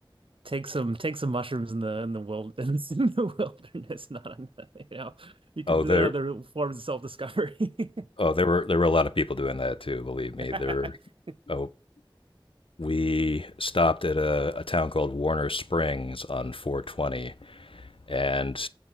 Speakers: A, on the right (about 80°); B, on the left (about 80°).
A: take some take some mushrooms in the in the wilderness <laughs> in the wilderness, not in the, you know, you
B: Oh,
A: could there
B: there,
A: are other forms of self-discovery.
B: oh, there were there were a lot of people doing that too. Believe me,
A: <laughs>
B: there. Oh, we stopped at a, a town called Warner Springs on 420 And